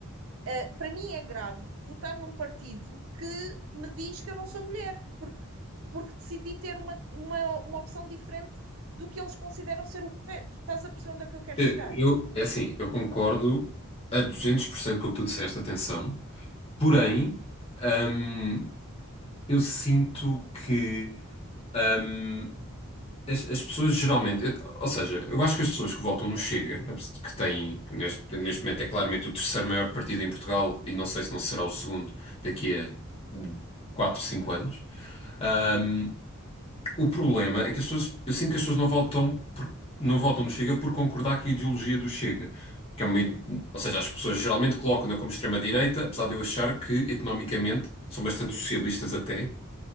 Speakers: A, on the right; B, on the left.
A: ah, para mim é grave votar num partido que me diz que eu não sou mulher, porque, porque decidi ter uma, uma, uma opção diferente do que eles consideram ser o correto. Estás a perceber onde é que eu quero
B: Eu,
A: chegar?
B: eu- é assim, eu concordo a 200% com o que tu disseste, atenção. Porém, hum, eu sinto que hum, as, as pessoas geralmente. eu- Ou seja, eu acho que as pessoas que votam no Chega, que têm que neste, neste momento é claramente o terceiro maior partido em Portugal, e não sei se não será o segundo daqui a 4 5 anos. hum, O problema é que as pessoas, eu sinto que as pessoas não votam por- não votam no Chega por concordar com a ideologia do Chega. Que é uma, ide- ou seja, as pessoas geralmente colocam-no como extrema-direita, apesar de eu achar que economicamente são bastante socialistas até.